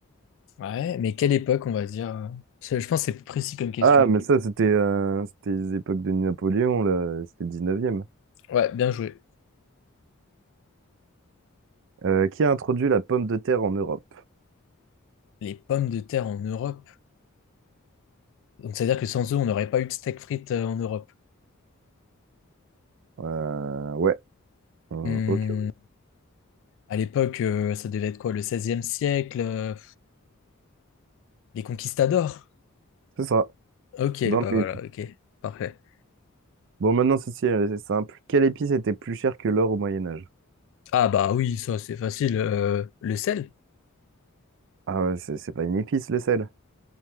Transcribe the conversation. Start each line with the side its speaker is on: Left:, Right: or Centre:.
Left: Ouais, mais quelle époque, on va dire? euh, c'est- Je pense que c'est plus précis comme question.
Right: Ah, mais ça, c'était euh, c'était les époques de Napoléon, là. C'était le 19e.
Left: Ouais, bien joué.
Right: Euh, qui a introduit la pomme de terre en Europe?
Left: Les pommes de terre en Europe. Donc, c'est-à-dire que sans eux, on n'aurait pas eu de steak frites euh, en Europe.
Right: Euh, ouais. Hum,
Left: Hmm,
Right: ok, ouais.
Left: à l'époque, euh, ça devait être quoi, le 16 siècle, euh, les conquistadors.
Right: C'est ça.
Left: Ok,
Right: Dans
Left: bah
Right: le mille.
Left: voilà, ok, parfait.
Right: Bon, maintenant, ceci, euh, c'est simple. Quelle épice était plus chère que l'or au Moyen-Âge?
Left: Ah bah oui, ça c'est facile. euh, le sel?
Right: Ah ouais, c'est c'est pas une épice, le sel.